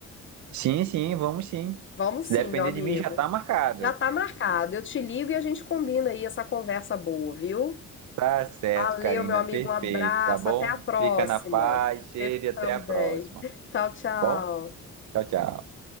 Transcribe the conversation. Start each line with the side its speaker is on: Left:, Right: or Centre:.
Right: Sim, sim, vamos sim.
Left: Vamos
Right: Se
Left: sim,
Right: depender
Left: meu amigo.
Right: de mim, já tá marcado.
Left: Já tá marcado. Eu te ligo e a gente combina aí essa conversa boa, viu?
Right: Tá certo,
Left: Valeu,
Right: Karina,
Left: meu amigo.
Right: perfeito,
Left: Um abraço.
Right: tá bom?
Left: Até a próxima.
Right: Fica na paz, cheiro
Left: Você
Right: e até
Left: também.
Right: a próxima.
Left: Tchau, tchau.
Right: Bom, tchau, tchau.